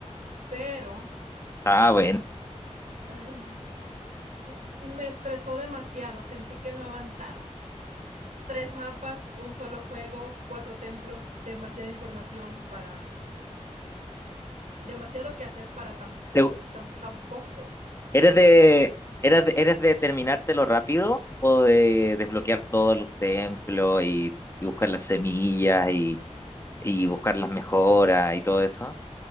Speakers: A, on the right; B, on the left.
A: pero
B: Ah, bueno.
A: ay, m- me estresó demasiado, sentí que no avanzaba. Tres mapas, un solo juego, cuatro templos, demasiada información para, demasiado que hacer para tan,
B: ¿Te,
A: tan, tan poco.
B: ¿Eres de, eres de, eres de terminártelo rápido o de desbloquear todos los templos y, y buscar las semillas y, y buscar las mejoras y todo eso?